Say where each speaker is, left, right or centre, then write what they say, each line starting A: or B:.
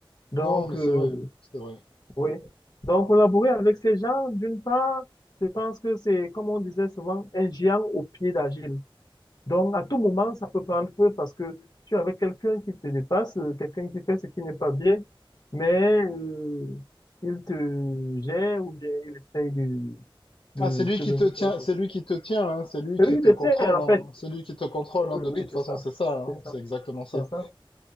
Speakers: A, on the left; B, on the left.
A: Donc,
B: Non, mais
A: euh,
B: c'est vrai, c'est vrai.
A: oui. Donc, collaborer avec ces gens, d'une part, je pense que c'est, comme on disait souvent, un géant au pied d'argile. Donc, à tout moment, ça peut prendre feu parce que tu es avec quelqu'un qui te dépasse, euh, quelqu'un qui fait ce qui n'est pas bien, mais euh, il te gère ou bien il essaye de, de
B: Ah, c'est lui
A: te
B: qui
A: donner
B: te tient,
A: quelque
B: c'est lui qui
A: chose.
B: te tient, hein, c'est lui
A: C'est
B: qui
A: lui
B: te
A: qui te
B: contrôle,
A: tient, en
B: hein,
A: fait.
B: c'est lui qui te contrôle,
A: Oh,
B: hein,
A: Oui,
B: de
A: oui,
B: toute
A: c'est
B: façon,
A: ça.
B: c'est ça, hein,
A: C'est ça.
B: c'est exactement ça.
A: C'est ça.